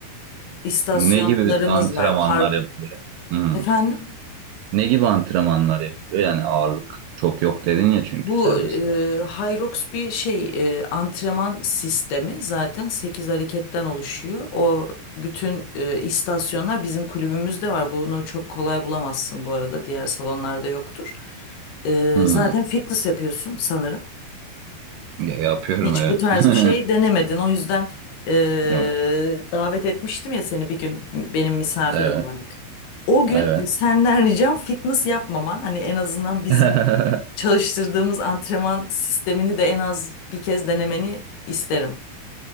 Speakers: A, on the left (about 70°); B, on the right (about 75°).
A: istasyonlarımız
B: Ne gibi antrenmanlar
A: var. Park
B: yapılıyor? Hı.
A: efendim
B: Ne gibi antrenmanlar yapılıyor? Yani ağırlık çok yok dedin ya çünkü
A: bu
B: serbestte.
A: e, Hyrox bir şey e, antrenman sistemi zaten 8 hareketten oluşuyor. O bütün e, istasyonlar bizim kulübümüzde var. Bunu çok kolay bulamazsın bu arada. Diğer salonlarda yoktur. E,
B: Hı.
A: zaten fitness yapıyorsun sanırım.
B: Ya, yapıyorum
A: Hiç
B: evet.
A: bu tarz
B: <laughs>
A: bir şey denemedin. O yüzden eee,
B: Yok.
A: davet etmiştim ya seni bir gün benim misafirim
B: Evet.
A: olarak. O gün
B: Evet.
A: e, senden ricam fitness yapmaman. Hani en azından bizim
B: <laughs>
A: çalıştırdığımız antrenman sistemini de en az bir kez denemeni isterim.